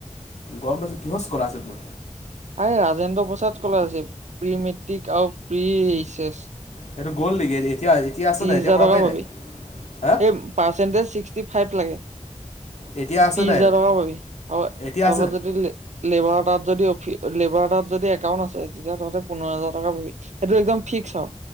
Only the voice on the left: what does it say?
গম পাইছো কিহৰ স্কলাৰশ্বিপ নো।
সেইটো গ'ল নেকি এতিয়া এতিয়া আছ নাই
এতিয়া পৰা
পাই
নাই। হা
এতিয়া আছে
নাই
এইটো
এতিয়া
আছে নাই?